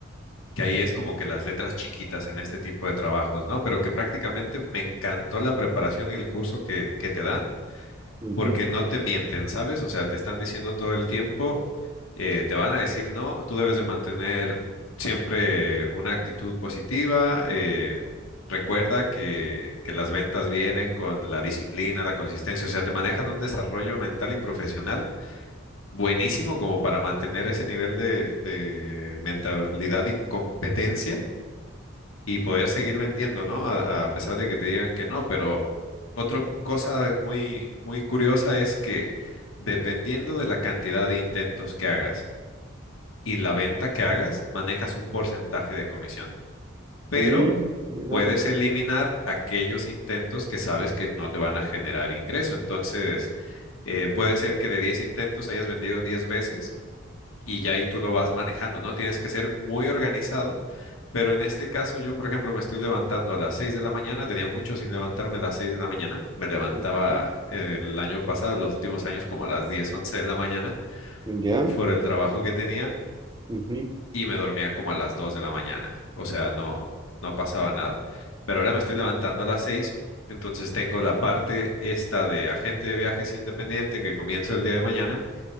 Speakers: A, on the left; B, on the right.
A: Que ahí es como que las letras chiquitas en este tipo de trabajos, ¿no? Pero que prácticamente me encantó la preparación y el curso que, que te dan,
B: ujú,
A: porque no te mienten, ¿sabes? O sea, te están diciendo todo el tiempo, eh, te van a decir no, tú debes de mantener siempre una actitud positiva, eh, Recuerda que, que las ventas vienen con la disciplina, la consistencia, o sea, te manejan un desarrollo mental y profesional buenísimo como para mantener ese nivel de, de mentalidad y competencia y poder seguir vendiendo, ¿no? A, a pesar de que te digan que no, pero otra cosa muy, muy curiosa es que dependiendo de la cantidad de intentos que hagas y la venta que hagas, manejas un porcentaje de comisión, pero
B: mm, interesante.
A: puedes eliminar aquellos intentos que sabes que no te van a generar ingreso. Entonces, eh, puede ser que de 10 intentos hayas vendido 10 veces y ya ahí tú lo vas manejando, ¿no? Tienes que ser muy organizado, pero en este caso yo, por ejemplo, me estoy levantando a las 6 de la mañana, tenía mucho sin levantarme a las 6 de la mañana, me levantaba
B: Ujú,
A: eh, el año pasado, los últimos años, como a las 10 11 de la mañana
B: Ya.
A: por el trabajo que tenía
B: ujú,
A: y me dormía como a las 2 de la mañana, o sea, no, no pasaba nada, pero ahora me estoy levantando a las seis Entonces tengo la parte esta de agente de viajes independiente que comienzo el día de mañana